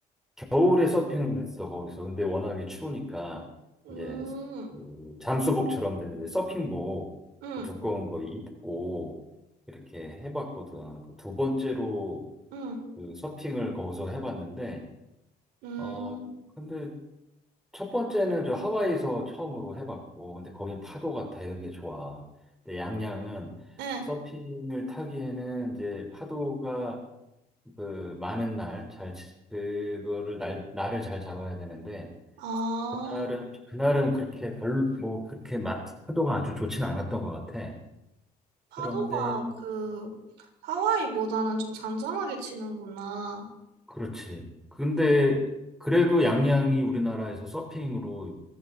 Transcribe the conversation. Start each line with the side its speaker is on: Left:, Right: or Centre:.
Centre: 겨울에 서핑을 했어 거기서 근데 워낙에 추우니까
Right: 음,
Centre: 이제 그 잠수복처럼 된 왜 서핑복
Right: 응,
Centre: 그 두꺼운 거 입고 이렇게 해봤거든 그두 번째로
Right: 응,
Centre: 그 서핑을 거기서 해봤는데
Right: 응,
Centre: 어 근데 첫 번째는 저 하와이에서 처음으로 해봤고 근데 거긴 파도가 되게 좋아 근데 양양은
Right: 응.
Centre: 서핑을 타기에는 이제 파도가 그 많은 날 잘 치- 그거를 날 날을 잘 잡아야 되는데
Right: 아,
Centre: 그날은 그날은 그렇게 별로 뭐 그렇게 마, 파도가 아주 좋진 않았던 것 같아.
Right: 파도가
Centre: 그런데
Right: 그 하와이보다는 좀 잔잔하게 치는구나.
Centre: 그렇지. 근데 그래도 양양이 우리나라에서 서핑으로